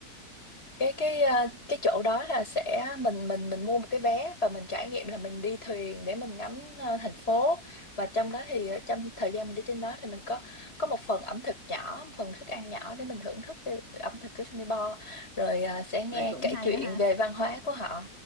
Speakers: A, on the left; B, on the right.
A: cái cái ờ, cái chỗ đó là sẽ mình mình mình mua một cái vé và mình trải nghiệm là mình đi thuyền để mình ngắm ờ, thành phố và trong đó thì ờ, trong thời gian mình đi trên đó thì mình có có một phần ẩm thực nhỏ một phần thức ăn nhỏ để mình thưởng thức cái ẩm thực của Singapore rồi ờ, sẽ nghe
B: vậy cũng
A: kể
B: hay
A: chuyện
B: á ha
A: về văn hóa của họ